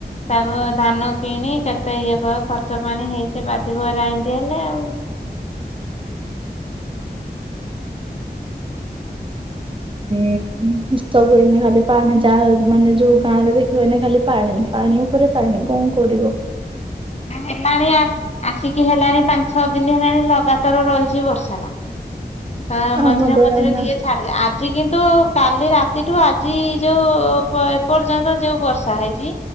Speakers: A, on the left (about 40°); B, on the right (about 30°).
A: ତାପ ଧାନ କିଣି, କେତେ ଇଏ କ-ଖର୍ଚ୍ଚ ପାଣି ହେଇଚି। ବାଧିବ ଏରା ଇନ୍ତି ହେଲେ ଆଉ।
B: <inaudible> ସବୁ ଏଇନେ ଖାଲି ପାଣି, ଯାହା ମାନେ ଯଉ ଗାଁ ରେ ଦେଖିବ ଏଇନେ ଖାଲି ପାଣି। ପାଣି ଉପରେ ପାଣି ଙ୍କ କରିବ।
A: ହେଲାଣି ଆ ଆସିକି ହେଲାଣି ପାଞ୍ଚ୍, ଛଅ ଦିନ ହେଲାଣି। ଲଗାତାର ରହିଚି ବର୍ଷା ଟା। ତା,
B: ଆମ
A: ମଝିରେ
B: ଦ୍ୱାରା
A: ମଝିରେ
B: ଆମେ
A: ଟିକେ ଆଜି କିନ୍ତୁ, କାଲି ରାତିଠୁ ଆଜି ଯଉ ପ ଏପର୍ଯ୍ୟନ୍ତ ଯେଉ ବର୍ଷ -ର୍ଷା ହେଇଚି